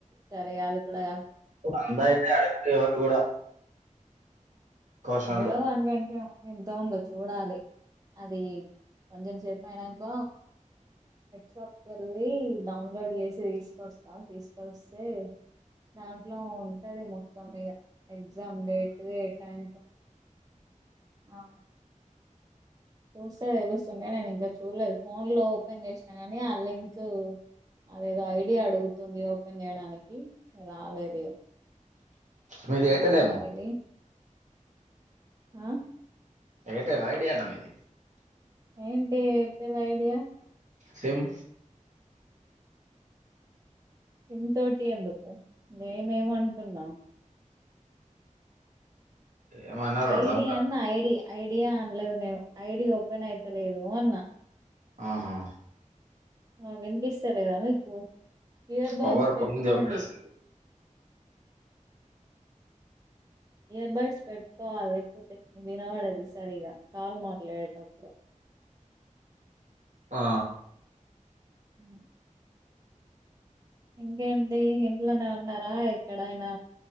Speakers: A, on the right; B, on the right.
A: సరే అది కూడా కా
B: అంద అయితే అడగి ఎవరు కూడా క్వశ్చన్లు
A: హండ్రెడ్ వన్ ట్వంటీ ఎంత ఉందో చూడాలి అది కొంచెం సేపు పైనాక నెట్ షాప్ కి వెళ్ళి డౌన్లోడ్ చేసి తీసుకొస్తా తీసుకొస్తే దాంట్లో ఉంటది మొత్తం ఇక ఎగ్జామ్ డేట్ ఏ టైం ఆ చూస్తే చూస్తుంటే నేను ఇంకా చూడలేదు ఫోన్ లో ఓపెన్ చేసినా నీ ఆ లింక్ అదేదో ఐడియా అడుగుతుంది ఓపెన్ చేయడానికి రాలేదు
B: మీది
A: క
B: ఎయిర్టెల్
A: బయిటికలి
B: ఏమో
A: ఆ
B: ఎయిర్టెల్ ఐడియా నా మీది
A: ఏంటి ఎయిర్టెల్ ఐడియా
B: సిమ్
A: ఇ తోటి ఎందుకు నేమేమంటున్నా
B: ఏమన్నారు అర్థం
A: ఐడి అన్న ఐడి ఐడియా అనలేదు నేను ఐడి ఓపెన్ అయితలేదు అన్నా
B: ఆహా
A: ఆ వినిపిస్తలేదా మీకు ఇయర్
B: పవర్
A: బడ్స్ పెట్టుకోండి
B: పోయింది ఒకటేసారి.
A: ఇయర్ బడ్స్ పెట్టుకోవాలి లేకపోతే వినబడది సరిగా కాల్ మాట్లాడేటప్పుడు
B: ఆ
A: అ ఇంకేంటి ఇంట్లోనే ఉన్నారా ఎక్కడైనా